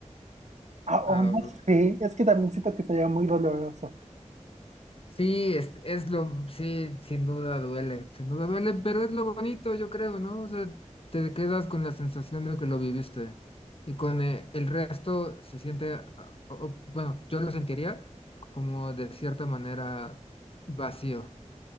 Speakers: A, on the right (about 65°); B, on the left (about 50°).
A: Ah,
B: Ah,
A: o no sé, es que también siento que sería muy doloroso.
B: Sí, es, es lo, sí, sin duda duele, sin duda duele, pero es lo bonito, yo creo, ¿no? O sea, te quedas con la sensación de que lo viviste y con eh, el resto se siente, ah, o- o, bueno, yo lo sentiría como de cierta manera vacío,